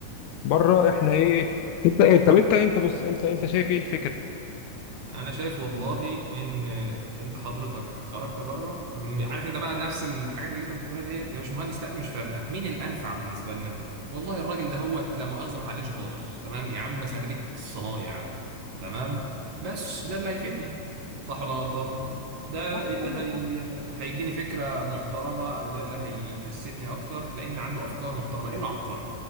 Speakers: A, on the left; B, on the right.
A: بره احنا ايه إيه، انت ايه طب انت انت بص انت انت شايف ايه الفكره
B: انا شايف والله ان انت حضرتك خرجت بره م- عارف انت بقى نفس الحاجات اللي انت بتقولها ديت يا مش مهندس لا دي مش فارقه مين الانفع بالنسبه لنا والله الراجل ده هو لا مؤاخذه ما اتعلمش خالص تمام يا عم خريج صنايع تمام بس ده اللي هيفيدني صح ولا أنا غلطان ده
A: صح
B: اللي
A: ايوه
B: هي...
A: صح
B: هيديني فكره محترمه او ده اللي هيكسبني اكتر لان عنده افكار محترمه لانه عبقري